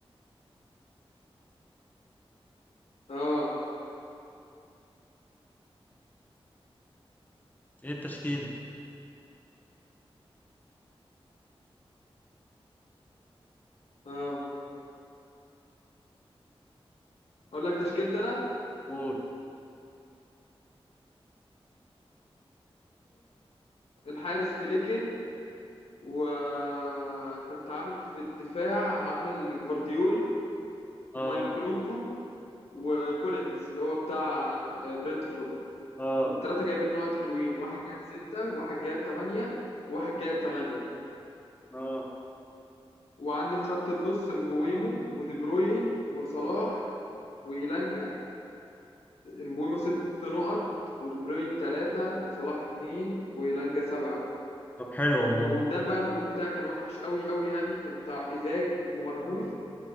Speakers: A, on the left; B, on the left.
A: اه
B: ايه التشكيلة
A: اه اقول لك تشكيلتي انا
B: قول
A: الحارس فليكن وكنت عامل في الدفاع عامل جفارديول
B: اه
A: وماينكلونكو وكولينز اللي هو بتاع آه، برنتفورد
B: اه
A: والثلاثة جايبين نقط حلوين واحد جايب ستة وواحد جايب تمانية وواحد جايب تمانية
B: اه
A: وعندي في خط النص مبويمو ودي بروين وصلاح وإيلانجا مبويمو ست نقط ودي بروين تلاتة وصلاح اتنين وإيلانجا سبعة
B: طب حلو والله
A: وقدام بقى الهجوم بتاعي كان وحش قوي قوي يعني كان بتاع إيزاك ومرموش